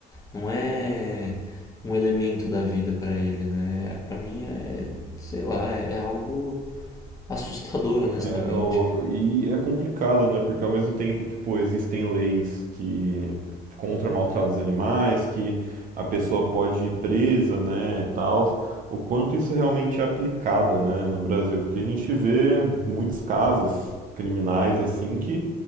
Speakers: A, on the left (about 20°); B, on the right (about 55°).
A: Não é um elemento da vida pra ele, né? Pra mim é, sei lá, é, é algo assustador, honestamente.
B: É, o- e é complicado, né? Porque ao mesmo tempo que, pô, existem leis que contra maltratos animais, que a pessoa pode ir presa, né, e tal, o quanto isso realmente é aplicado, né, no Brasil, porque a gente vê muitos casos criminais assim que